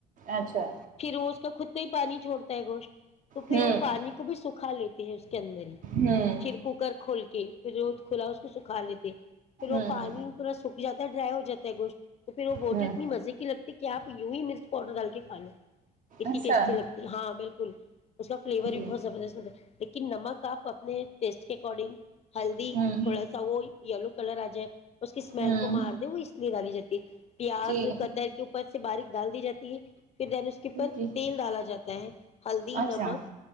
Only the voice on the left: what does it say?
پھر وہ اس کا خود ہی پانی چھڑتا ہے گوشٹ تو پھر
وہ پانی کو بھی سکھا لیتے ہیں اس کے اندر ہی
پھر کوکر کھول کے پھر وہ کھلا اس کو سکھا لیتے ہیں پھر وہ
پانی پورا سک جا ڈرائی ہو جات ہے گٹ تو پھر وہ بوٹی
اتنی مزے کی لگتی کیا آپ یو ہی مرچ پاؤڈر ڈال کے کا لو کتتی
ٹیسٹی لگتی ہاں بالکل اس کا فلیور بھی
بہت زبردست ہوگ ہے لیکن نمک آپ اپنے ٹیسٹ کے اکارڈنگ ہلدی
تھوڑا سا وہ یلو کلراجے <unintelligible> اس کی اسمیل
کو مار دیں وہ اس لیے ڈالی جاتی ہے پیاز
قطر کے اوپر سے باریک ڈال دی جاتی پھر دین اس کے اوپر
تیل ڈالا جاتا ہے ہلدی
نمک